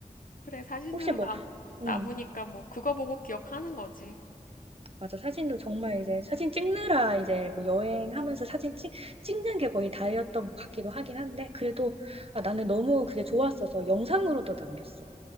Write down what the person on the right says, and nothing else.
혹시 뭐,
음,
맞아. 사진도 정말 이제 사진 찍느라 이제 뭐 여행하면서 사진 찍, 찍는 게 거의 다였던 것 같기도 하긴 한데 그래도 아, 나는 너무 그게 좋았어서 영상으로도 남겼어.